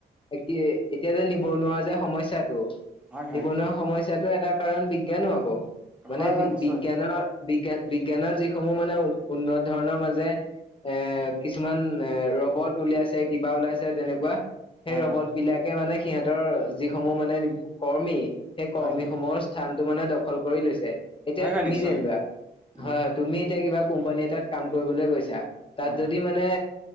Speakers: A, on the left; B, in the centre.
A: এ কি এতিয়া যে নিবনুৱা যে সমস্যা টো
B: হয় হয়
A: নিবনুৱা সমস্যটো এটা কাৰণ বিজ্ঞানো হ'ব মানে
B: হয় হয়
A: বি
B: নিশ্চয়
A: বিজ্ঞানৰ বিজ্ঞান বিজ্ঞানৰ যিসমূহ মানে উ উন্নত ধৰণৰ মাজে এ কিছুমান এ ৰবত উলিয়াইছে কিবা ওলাইছে তেনেকুৱা সেই
B: হয়
A: ৰবত
B: হয়
A: বিলাকে মানে সিহঁতৰ যিসমূহ মানে কৰ্মী সেই কৰ্মী
B: হয় হয়
A: সমূহৰ স্থানটো মানে দখল কৰি লৈছে এতিয়া
B: হয় হয়
A: তুমি
B: নিশ্চয়
A: যেনিবা
B: উম উম
A: হাত তুমি এতিয়া কিবা কোম্পানী এটাত কাম কৰিবলৈ গৈছা তাত
B: হয়
A: যদি মা নে